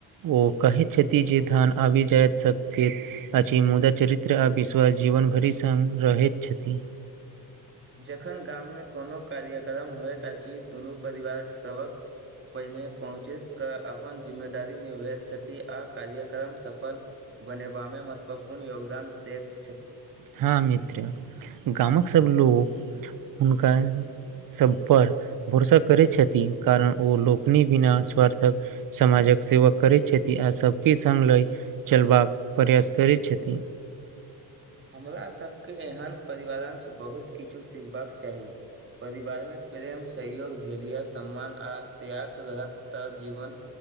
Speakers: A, on the right; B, on the right.
A: ओ कहै छथि जे धन आबि जाएत सबके अछि मुदा चरित्र आ विश्वास जीवनभरि संग रहैत छथि।
B: जखन गाममे कोनो कार्यक्रम होएत अछि दुनू परिवारक सभक पहिने पहुँची कऽ अपन जिम्मेदारी निभभैत छथि आ कार्यक्रम सफल बनेबामे महत्वपूर्ण योगदान दैत छथि।
A: हां मित्र गामक सब लोक हुनकर सब पर भरोसा करय छति कारण ओ लोकनि बिना स्वार्थक समाजक सेवा करय छथि आ सबके संग लए चलबाक प्रयास करैत छथिन।
B: हमरा सबके एहन परिवारन से बहुत किछु सिखबाक चाही। परिवार मे प्रेम, सहयोग, धैर्य, सम्मान आ त्याग रह त जीवन